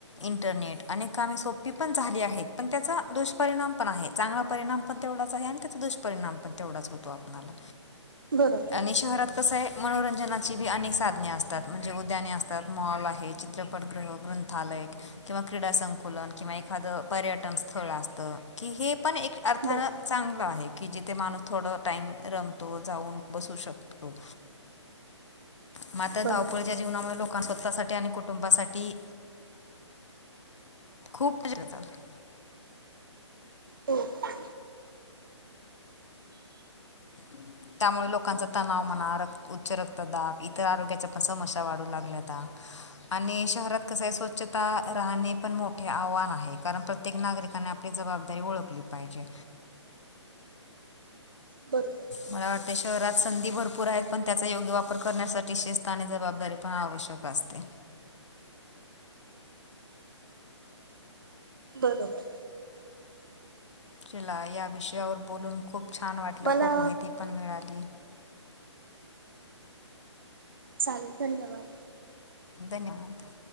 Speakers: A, on the left; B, on the right.
A: इंटरनेट अनेक कामे सोपी पण झाली आहेत. पण त्याचा दुष्परिणाम पण आहेत. चांगला परिणाम पण तेवढाच आहे. आणि त्याचा दुष्परिणाम पण तेवढाच होतो. आपणाला
B: बरोबर
A: आणि शहरात कसं आहे. मनोरंजनाची बी अनेक साधने असतात म्हणजे उद्याने असतात. मॉल आहे चित्रपट गृह, ग्रंथालय, किंवा क्रीडा संकुलन किंवा एखादं पर्यटन स्थळ असत. कि हे पण एक अर्थानं
B: बर
A: चांगलं आहे. की जिथ माणूस थोड टाईम रमतो. जाऊन बसू शकतो. म आता
B: बरोबर
A: धावपळीच्या जीवनामुळे लोक लोकां स्वतःसाठी आणि कुटुंबासाठी खूप <unintelligible>
B: हो का?
A: <inaudible> त्यामुळे लोकांचा तणाव मणा रक्त उच्च रक्तदाब इतर आरोग्याच्या पण समस्या वाढू लागल्याता. आणि शहरात कसय स्वच्छता राहणे पण मोठे आव्हान आहे कारण प्रत् त्येक नागरिकाने आपली जबाबदारी ओळखली पाहिजे.
B: बरोबर.
A: मला वाटतं शहरात संधी भरपूर आहेत पण त्याचा योग्य वापर करण्यासाठी शिस्त आणि जबाबदारी पण आवश्यक वास्ते
B: बरोबर.
A: चिला या विषयावर बोलून खूप छान वाटलं
B: मला
A: खूप माहिती पण मिळाली.
B: चालेल धन्यवाद.
A: धन्यवाद.